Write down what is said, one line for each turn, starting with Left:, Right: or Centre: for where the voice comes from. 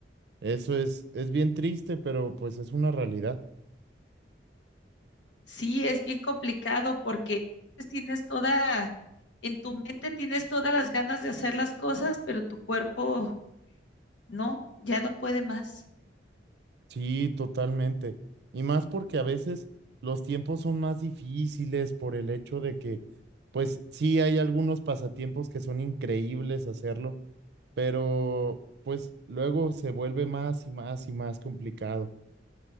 Right: Eso es, es bien triste, pero pues es una realidad.
Left: Sí, es bien complicado porque pues, tienes toda, en tu mente tienes todas las ganas de hacer las cosas, pero tu cuerpo no, ya no puede más.
Right: Sí, totalmente. Y más porque a veces los tiempos son más difíciles por el hecho de que, pues sí, hay algunos pasatiempos que son increíbles hacerlo, pero pues luego se vuelve más y más y más complicado.